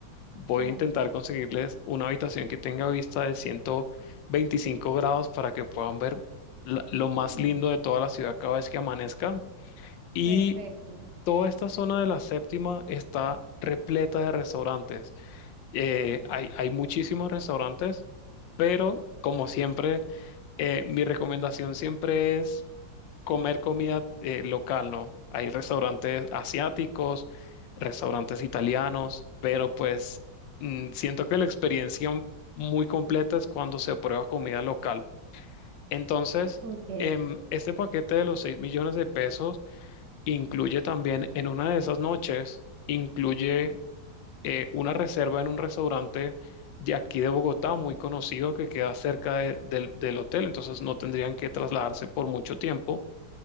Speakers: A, on the left; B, on the right.
A: Voy a
B: Ay,
A: intentar
B: me encanta.
A: conseguirles una habitación que tenga vista de ciento veinticinco grados para que puedan ver la- lo
B: Mm,
A: más lindo de toda la ciudad cada vez que amanezca. Y
B: perfecto.
A: toda esta zona de la séptima está repleta de restaurantes. Eh,
B: Mm.
A: hay, hay muchísimos restaurantes, pero como siempre eh, mi recomendación siempre es comer comida eh, local, ¿no? Hay restaurantes asiáticos, restaurantes italianos, pero pues mm, siento que la experiencia muy completa es cuando se prueba comida local. Entonces,
B: Ok,
A: em, este paquete de los seis millones de pesos incluye también en una de esas noches, incluye eh, una reserva en un restaurante de aquí de Bogotá, muy conocido, que queda cerca de- del del hotel, entonces no tendrían que trasladarse por mucho tiempo